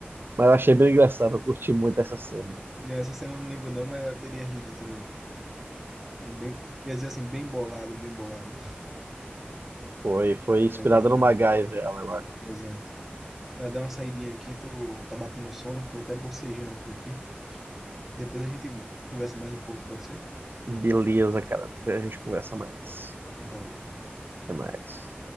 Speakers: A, on the right; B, in the centre.
A: Mas eu achei bem engraçado, eu curti muito essa cena.
B: Não, essa cena eu não lembro não, mas eu teria rido também. Um Bem, quer dizer assim, bem bolado, bem bolado.
A: Foi, foi inspirada
B: Legal, legal.
A: no MacGyver, ela, eu acho.
B: Exato. Ela dá uma saidinha aqui, tô, tá batendo sono, tô até bocejando por aqui. Depois a gente conversa mais um pouco, pode ser?
A: Beleza, cara. Depois a gente conversa mais.
B: Valeu.
A: Até mais.